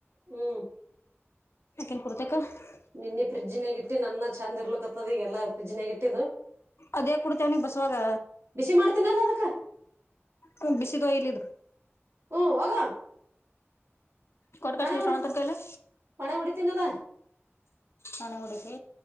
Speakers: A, on the right (about 70°); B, on the left (about 65°).
A: ಹ್ಮ್
B: <unintelligible>
A: ನಿನ್ನೆ ಫ್ರಿಜ್ ನಗಿಟ್ಟಿ ನನ್ನ ಚಂದ್ ಇರ್ಲಕ್ಕತ್ತದ ಈಗೆಲ್ಲಾ ಫ್ರಿಜ್ ನಗ ಇಟ್ಟಿದು
B: ಅದೇ ಕೊಡ್ತೇವನಿಗೆ ಬಸವಾಗ
A: ಬಿಸಿ ಮಾಡ್ತೀನಲ್ಲ ಅದಕ್ಕ
B: ಕುಬಿಸಿ ದ ಇಲ್ಲಿದು
A: ಹಓ ಆ <unintelligible>
B: ಕೊಟ್ ಕಸ್ಲ
A: ಪಣ ಮುಡಿ
B: ಶ್ರವಂತನ ಕೈಲೆ
A: ಪಣ ಮುಡತೀಿನಲ್ಲ
B: ನಾನೇ ಹೊಡಿತಿ